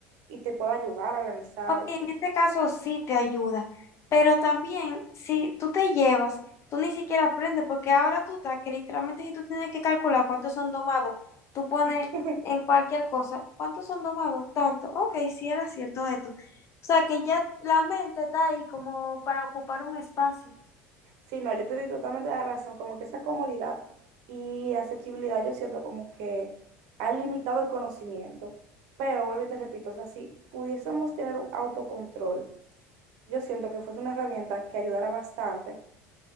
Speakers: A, on the right; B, on the left.
A: y te puede ayudar a organizar
B: En este caso sí te ayuda, pero también si tú te llevas, tú ni siquiera aprendes, porque ahora tú estás que literalmente si tú tienes que calcular cuántos son domados, tú pones
A: <laughs>
B: en cualquier cosa, ¿cuántos son domados? Tanto, ok, sí era cierto esto. O sea que ya la mente está ahí como para ocupar un espacio.
A: Sí, no, yo te doy totalmente la razón, como que esa comodidad y asequibilidad yo siento como que ha limitado el conocimiento, pero vuelvo y te repito, o sea, si pudiésemos tener un autocontrol, yo siento que fuese una herramienta que ayudara bastante